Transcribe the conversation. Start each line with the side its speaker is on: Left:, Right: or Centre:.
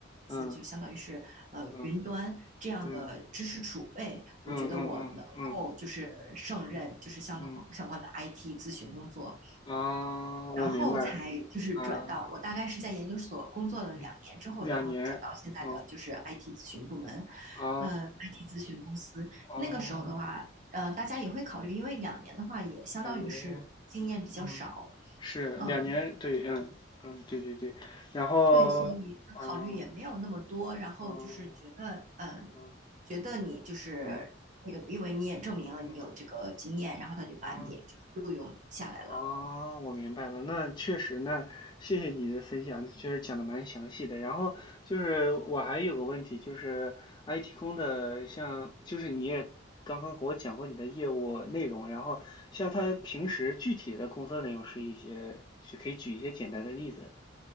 Left: 嗯
Right: 就相当于是呃云端这样的知识储备，
Left: 嗯嗯嗯嗯嗯嗯
Right: 我觉得我能够就是胜任就是相同相关的
Left: 嗯嗯
Right: IT 咨询工作。
Left: 啊，我明白了
Right: 然后才就是转到我大概是在研究所工作了两年之后，
Left: 啊，嗯，两年，
Right: 然后转到现在的就是
Left: 嗯
Right: IT 咨询部门，
Left: 啊
Right: 呃，IT 咨询公司。
Left: 哦，
Right: 那个时候的话，呃，大家也会考虑，因为两年的话也相当于是经验比较少，
Left: 两年。嗯，是两年，
Right: 嗯，
Left: 对，嗯嗯，对对对，然后，
Right: 对，所以他考虑也没有那么多，
Left: 嗯
Right: 然后就是觉得，
Left: 嗯
Right: 呃，
Left: 嗯
Right: 觉得你就是也因为你也证明了你有这个经验，
Left: 嗯嗯
Right: 然后他就把你就是录用下来了。
Left: 啊啊，我明白了，那确实，那谢谢你的分享，确实讲的蛮详细的。然后就是我还有个问题，就是 IT 空的像，就是你也刚刚给我讲过你的业务内容，然后像他平时具体的工作内容是一些，可以举一些简单的例子，